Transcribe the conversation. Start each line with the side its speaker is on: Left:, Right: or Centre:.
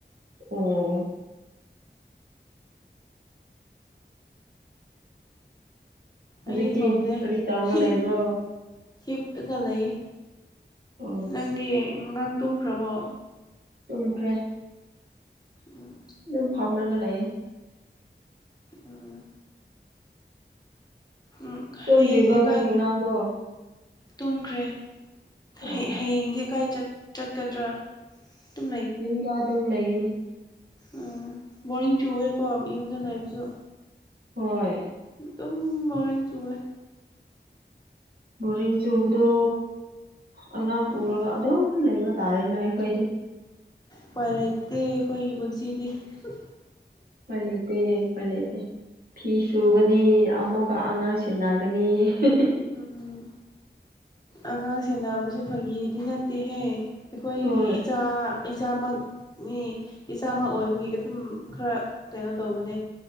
Right: ꯑꯣ ꯍꯧꯖꯤꯛꯇꯤ
Left: ꯑꯩꯗꯤ ꯊꯣꯡꯗꯦ
Right: ꯀꯔꯤ ꯇꯧꯔꯒ
Left: ꯍꯤ
Right: ꯂꯩꯕ꯭ꯔꯣ
Left: ꯍꯤ ꯍꯤꯞꯑꯒ ꯂꯩꯌꯦ
Right: ꯑꯣ
Left: ꯅꯪꯗꯤ ꯑꯉꯥꯡ ꯇꯨꯝꯈ꯭ꯔꯕꯣ
Right: ꯇꯨꯝꯈ꯭ꯔꯦ
Left: ꯎꯝ
Right: ꯗꯨꯝ ꯐꯝꯔꯒ ꯂꯩꯌꯦ
Left: ꯑꯝ ꯎꯝ
Right: ꯇꯨꯝꯗ꯭ꯔꯤꯕ꯭ꯔꯣ
Left: ꯍꯌꯦꯡꯅꯤ
Right: ꯅꯪꯒꯤ
Left: ꯀꯥꯏ
Right: ꯑꯉꯥꯡꯗꯣ ꯑꯣ
Left: ꯇꯨꯝꯈ꯭ꯔꯦ ꯍ
Right: ꯑꯣ
Left: ꯍꯌꯦꯡꯗꯤ ꯀꯥꯏ ꯆꯠ ꯆꯠꯀꯗ꯭ꯔꯥ ꯑꯗꯨꯝ
Right: ꯌꯨꯝꯗ ꯑꯗꯨꯝ ꯂꯩꯒꯅꯤ
Left: ꯑꯣ ꯕꯣꯔꯤꯡ ꯆꯨꯋꯦꯀꯣ ꯌꯨꯝꯗ ꯂꯩꯕꯁꯨ
Right: ꯍꯣꯏ
Left: ꯗꯨꯝ ꯕꯣꯔꯤꯡ ꯆꯨꯌꯦ
Right: ꯕꯣꯔꯤꯡ ꯆꯨꯕꯗꯣ ꯑꯉꯥꯡ ꯄꯨꯔꯒ
Left: ꯎꯝ
Right: ꯑꯗꯨꯝ ꯂꯩꯕ ꯇꯥꯔꯦ ꯅꯣꯢ ꯑꯩꯈꯣꯏꯗꯤ
Left: ꯎꯄꯥꯏ ꯂꯩꯇꯦ ꯑꯈꯣꯏꯒꯤ ꯄꯨꯟꯁꯤꯗꯤ ꯍꯍꯨꯝ
Right: ꯎꯄꯥꯏ ꯂꯩꯇꯦ ꯎꯄꯥꯏ ꯂꯩꯇꯦ ꯐꯤ ꯁꯨꯒꯅꯤ ꯑꯃꯨꯛꯀ ꯑꯉꯥꯡ ꯁꯦꯟꯅꯥꯒꯅꯤ ꯍꯦ ꯍꯦ
Left: ꯎꯝ ꯑꯉꯥꯡ ꯁꯦꯟꯅꯕꯥꯁꯨ ꯐꯒꯤꯗꯤ ꯅꯠꯇꯦꯍꯦ ꯑꯩꯈꯣꯏꯒꯤ
Right: ꯍꯣꯏ
Left: ꯏꯆꯥ ꯏꯆꯥꯃꯛ ꯃꯤ ꯏꯆꯥꯃꯛ ꯑꯣꯏꯕꯒꯤ ꯑꯗꯨꯝ ꯈꯔ ꯀꯩꯅꯣ ꯇꯧꯕꯅꯦ